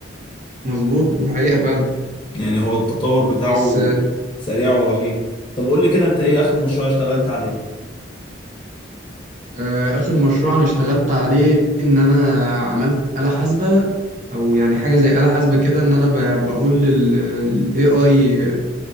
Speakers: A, on the right; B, on the left.
A: مظبوط وحقيقة فعلا
B: يعني هو التطور بتاعه
A: بس
B: سريع ورهيب طب قول لي كده انت ايه اخر مشروع اشتغلت عليه
A: آه، آخر مشروع أنا اشتغلت عليه إن أنا عملت آلة حاسبة أو يعني حاجة زي آلة حاسبة كده إن أنا ب- بقول لل لل AI